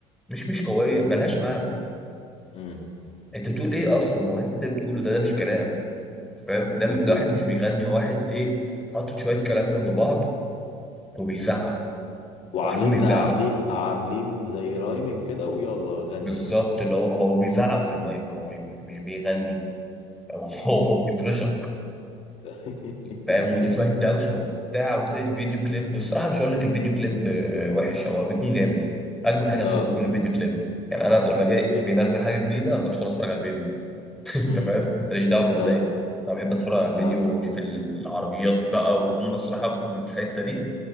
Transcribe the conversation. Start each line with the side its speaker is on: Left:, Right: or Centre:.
Centre: مش مش قوية ملهاش معنى
Left: امم
Centre: انت بتقول ايه اصلا هو انت بتقوله ده ده مش كلام فاهم ده ده
Left: اوكي
Centre: واحد مش بيغني هو واحد ايه حاطط شويه كلام جنب بعض وبيزعق
Left: وعاملين
Centre: هو حرفيا بيزعق
Left: عاملين عاملين زي رايمين كده ويلا غني
Centre: بالظبط
Left: يا باشا
Centre: اللي هو هو بيزعق في المايك هو مش بي- مش بيغني فاهم؟ <laughs> هو هو بيترشق
Left: <laughs>
Centre: فاهم ودي شويه دوشه وبتاع وتلاقي الفيديو كليب بصراحه مش هقول لك الفيديو كليب آه، وحش هو بيكون جامد اجمد حاجه اصلا
Left: اه
Centre: بيكون الفيديو كليب يعني انا لما جاي
Left: اوكي
Centre: بينزل حاجه جديده انا بدخل اتفرج على الفيديو <laughs> انت
Left: امم
Centre: فاهم ماليش دعوه بالاغنيه
Left: اه
Centre: انا بحب اتفرج على
Left: اه
Centre: الفيديو واشوف العربيات بقى وهم الصراحه في الحته دي